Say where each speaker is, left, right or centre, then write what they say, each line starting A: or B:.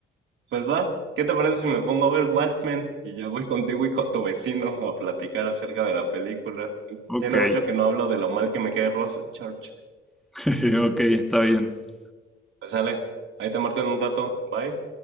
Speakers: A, on the right; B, in the centre.
A: Pues va, ¿qué te parece si me pongo a ver Watchmen y ya voy contigo y con tu vecino a platicar acerca de la película?
B: Ok,
A: Tiene mucho que no hablo de lo mal que me cae Rorschach.
B: <laughs> ok, está bien.
A: Pues sale, ahí te marco en un rato, bye.